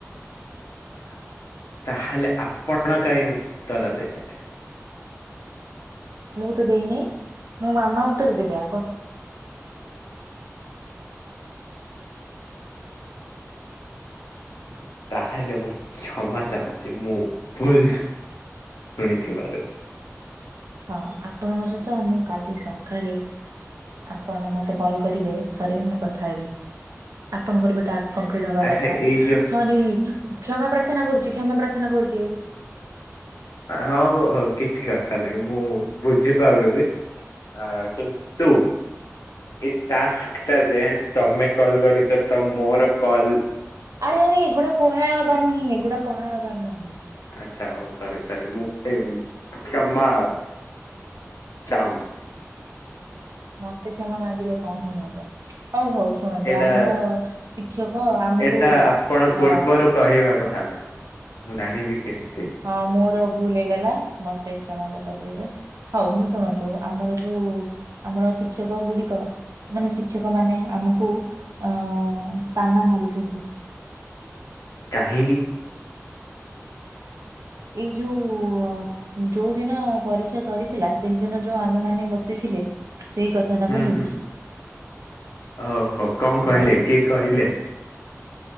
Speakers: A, on the left (about 75°); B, on the right (about 85°).
A: <unintelligible> ତାହେଲେ ଆପଣ କାଇଁ ଉତ୍ତର ଦେବେ
B: ମୁଁ ତ ଦେଇନି। ମୋ ମାମା ଉତ୍ତର ଦେବେ <unintelligible>
A: ତାହେଲେ ମୁଁ କ୍ଷମା ଚାହୁଁଛି ମୁଁ ଭୁଲ ଶୁଣିଥିବାରୁ।
B: ହଁ ଆପଣଙ୍କ ସହିତ ଆମ କାଲି ସକାଳେ ଆପଣ ମତେ କଲ କରିବେ ଥରେ ମୁଁ କଥା ହେବି, ଆପଣଙ୍କର ବିଟ ଟାସ୍କ କପ୍ଲିଟ୍ ହବା
A: ଆଚ୍ଛା
B: ଦରକାର
A: ଏଇ ଯୋଉ
B: ସରି କ୍ଷମା ପ୍ରାର୍ଥନା କରୁ ପ୍ରାର୍ଥନା କରୁଛି।
A: ହଉ ହଉ କିଛି କଥା ନାହିଁ ମୁଁ ବୁଝିପାରୁିଛି। ଅ କିନ୍ତୁ ଏଟାସ୍କ ତା ଯେହେତୁ ତମେ କଲ୍ କରିଛ ତ ମୋର କଲ
B: ଆରେ ଆରେ ଏଗୁଡା କୁହା ବାର ନାହିଁ ଏଗୁଡା କହାବାର ନାହିଁ।
A: ଆଚ୍ଛା ହଉ ସରି, ସରି ମୁଁ ଏ କ୍ଷମା ଚାହୁଁଛି।
B: ମତେ କ୍ଷମା ମାଗିଲେ କଣ ହିଁ ହବ? ହଉ ହଉ ଶୁଣନ୍ତୁ,
A: ଏଇଟା
B: ଆମର ଶିକ୍ଷକ ଆମକୁ
A: ଏଇଟା ଆପଣ ପୂର୍ବରୁ
B: ଅ
A: କହିବା କଥା ମୁଁ ଜାଣିବି କେମିତି?
B: ହଁ ମୋର ଭୁଲ ହେଇଗଲା। ମତେ କ୍ଷମା ଦେ କରିଦେବେ ହଉ ମୁଁ ଶୁଣନ୍ତୁ ଆମର ଯୋଉ ଆମର ଶିକ୍ଷକ ଗୁଡିକ ମାନେ ଶିକ୍ଷକ ମାନେ ଆମକୁ ଅ ତାନା ମାରୁଛନ୍ତି।
A: କାହିଁକି?
B: ଏଇ ଯୋଉ ଯୋଉଦିନ ପରୀକ୍ଷା ସରିଥିଲା ସେଇଦିନ ଯୋଉ ଆମେମାନେ ବସିଥିଲେ। ସେଇ କଥାଟାକୁ
A: ହୁଁ
B: ନେଇକି
A: ହୁଁ ଓହୋ କଣ କହିଲେ
B: ହଁ
A: କିଏ କହିଲେ?